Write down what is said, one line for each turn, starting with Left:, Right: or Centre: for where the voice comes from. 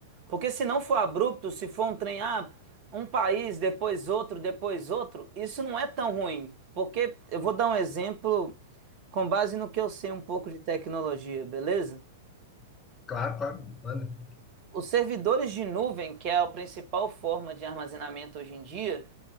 Right: Porque se não for abrupto, se for um trem, ah, um país, depois outro, depois outro, isso não é tão ruim. Porque eu vou dar um exemplo com base no que eu sei um pouco de tecnologia, beleza?
Left: Claro, claro, manda.
Right: Os servidores de nuvem, que é a principal forma de armazenamento hoje em dia,